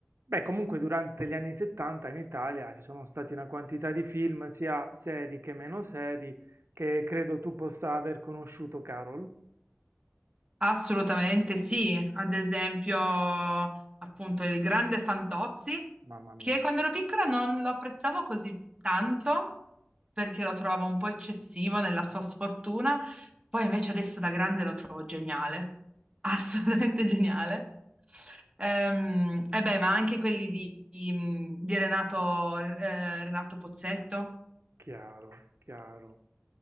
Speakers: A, on the right; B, on the right.
A: Beh, comunque durante gli anni 70 in Italia ci sono stati una quantità di film, sia seri che meno seri, che credo tu possa aver conosciuto, Carol.
B: Assolutamente sì, ad esempio appunto il grande Fantozzi,
A: Mamma mia,
B: che quando ero piccola non lo apprezzavo così tanto perché lo trovavo un po' eccessivo nella sua sfortuna, poi invece adesso da grande lo trovo geniale, assolutamente <laughs> geniale. Ehm, e beh, ma anche quelli di, di- di Renato, eh, Renato Pozzetto.
A: chiaro, chiaro.